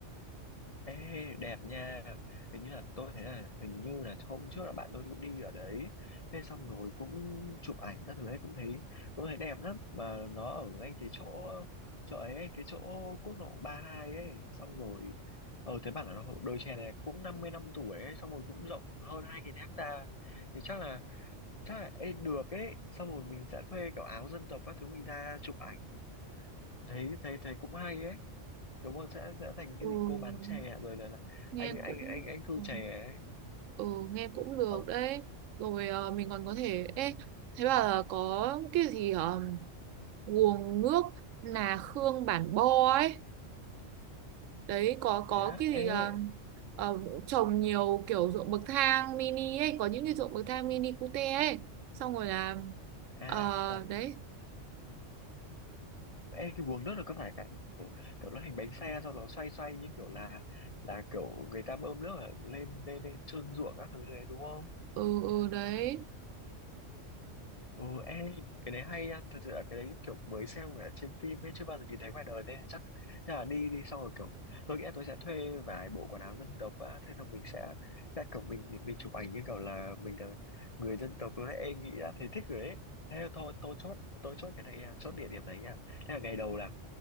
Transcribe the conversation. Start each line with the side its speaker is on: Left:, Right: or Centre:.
Left: Ê, đẹp nha hình như là tôi thấy là hình như là hôm trước là bạn tôi cũng đi ở đấy thế xong rồi cũng chụp ảnh các thứ ấy cũng thấy cũng thấy đẹp lắm mà nó ở ngay cái chỗ chỗ ấy ấy, cái chỗ quốc lộ 32 ấy xong rồi ờ thấy bảo là nó- đồi chè này cũng 50 năm tuổi ấy xong rồi cũng rộng hơn hai nghìn hecta thì chắc là chắc là ê, được ấy xong rồi mình sẽ thuê kiểu áo dân tộc các thứ mình ra chụp ảnh thấy thấy thấy cũng hay ấy đúng không sẽ sẽ thành
Right: Ừ,
Left: cái gì cô bán chè à? rồi là, là
Right: nghe
Left: anh anh
Right: cũng
Left: anh anh thu
Right: ừ,
Left: chè ấy
Right: ừ, nghe cũng được
Left: ờ,
Right: đấy. Rồi à, mình còn có thể ê thấy bảo là có cái gì ở nguồn nước Nà Khương Bản Bo ấy đấy có có
Left: thế á
Right: cái gì
Left: ê
Right: ờ, ờ, trồng nhiều kiểu ruộng bậc thang mini ấy có những cái ruộng bậc thang mini cute ấy xong rồi là
Left: à
Right: ờ, đấy
Left: ê cái guồng nước là có phải cái mà kiểu kiểu nó hình bánh xe sau nó xoay xoay như kiểu là là kiểu người ta bơm nước ở lên lên lên trơn ruộng các thứ đấy đúng không
Right: ừ ừ đấy
Left: Ừ, em, cái đấy hay nha, thật sự là cái đấy kiểu mới xem ở trên phim ấy, chưa bao giờ nhìn thấy ngoài đời nên là chắc, chắc là đi đi xong rồi kiểu tôi nghĩ là tôi sẽ thuê vài bộ quần áo dân tộc á, thế là mình sẽ sẽ kiểu mình mình chụp ảnh như kiểu là mình là người dân tộc luôn đấy, em nghĩ đã thấy thích rồi đấy. Thế thôi tôi chốt tôi chốt cái này nha, chốt địa điểm này nha. Thế là ngày đầu là